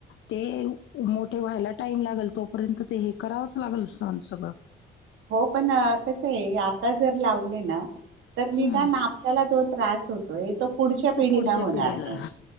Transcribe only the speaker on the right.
हो पण कस आहे, आता जर लावले ना तर निदान
ना आपल्या जो त्रास होतो तो. पुढच्या
पिढीला
होणार
नाही.